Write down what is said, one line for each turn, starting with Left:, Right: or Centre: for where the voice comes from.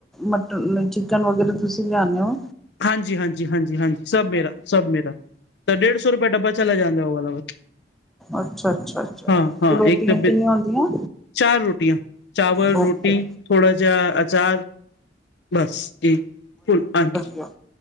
Centre: ਮਟਨ ਚਿਕਨ ਵਗੈਰਾ ਤੁਸੀਂ ਲਿਆਓਣੇ ਓ
Left: ਹਾਂਜੀ-ਹਾਂਜੀ-ਹਾਂਜੀ-ਹਾਂਜੀ, ਸਭ ਮੇਰਾ ਸਭ ਮੇਰਾ ਤਾਂ ਡੇਢ ਸੌ ਰੁਪਇਆ ਡੱਬਾ ਚਲਾ ਜਾਂਦਾ ਓ ਵਾਲਾ ਵ
Centre: ਅੱਛਾ ਅੱਛਾ ਅੱਛਾ
Left: ਹਾਂ-ਹਾਂ
Centre: ਤੇ ਰੋਟੀਆਂ
Left: ਇੱਕ ਡੱਬੇ,
Centre: ਕਿੰਨੀਆਂ ਹੁੰਦੀਆਂ
Left: ਚਾਰ ਰੋਟੀਆਂ ਚਾਵਲ-ਰੋਟੀ
Centre: ਓਕੇ
Left: ਥੋੜਾ ਜੇਹਾ ਆਚਾਰ ਬੱਸ ਏ ਫੁਲ ਆਣਗੇ।
Centre: ਕਿਯਾ,